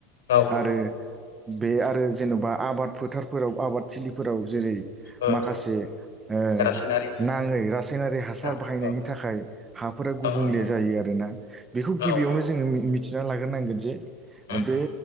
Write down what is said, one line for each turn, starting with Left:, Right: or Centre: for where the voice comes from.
Left: औ
Right: आरो बे आरो जेन'बा आबाद फोथारफोराव आबाद थिलिफोराव जेरै
Left: औ
Right: माखासे ओ
Left: केरासिनारि
Right: नाङै रासायनारि हासार
Left: औ
Right: बाहायनाय
Left: औ
Right: नि थाखाय हाफोरा गुबुंले
Left: औ नंगौ
Right: जायो आरोना बेखौ गिबियावनो
Left: औ
Right: जोङो मि मिथिना लाग्रोनांगोन जे
Left: औ
Right: बे